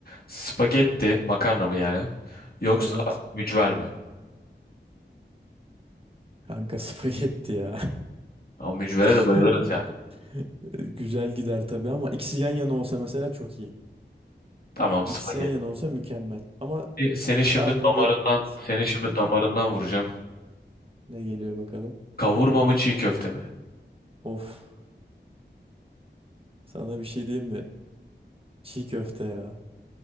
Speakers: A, on the left; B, on the right.
A: Spagetti makarna mı yani? Yoksa
B: Evet.
A: mücver mi?
B: Kanka spagetti ya.
A: Ama mücvere
B: <laughs>
A: de bayılırız yani.
B: Güzel gider tabii ama ikisi yan yana olsa mesela çok iyi.
A: Tamam spagetti.
B: İkisi yan yana olsa mükemmel. Ama
A: Seni şimdi
B: ben burada
A: damarından, seni
B: getireceğim.
A: şimdi damarından vuracağım.
B: Ne geliyor bakalım.
A: Kavurma mı çiğ köfte mi?
B: Of. Sana bir şey diyeyim mi? Çiğ köfte ya.